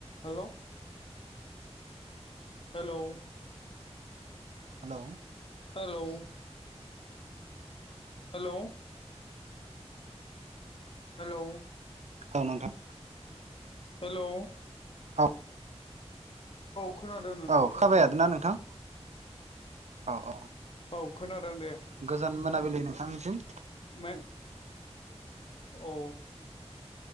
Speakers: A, on the left; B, on the right.
A: हेल' hello
B: hello
A: hello hello hello
B: औ नोंथां
A: hello
B: औ
A: औ खोनादों नोंथां
B: औ
A: खोनादों
B: खाबाय हादोना नोंथां औ औ
A: औ खोनादों दे
B: गोजान मोनाबिलि नोंथांनिसिम
A: मा औ